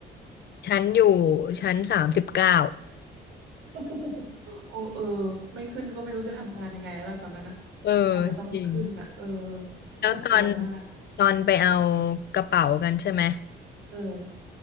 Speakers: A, on the left; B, on the right.
A: ชั้นอยู่ชั้นสามสิบเก้า
B: <laughs> โอ้เออไม่ขึ้นก็ไม่รู้จะทำงานยังไงแล้วล่ะตอนนั้นอะ
A: เออ
B: อาจจะต้องขึ้นอะเออ
A: จริงแล้วตอน
B: น่ากลัวมาก
A: ตอนไปเอากระเป๋ากันใช่ไหม
B: เออ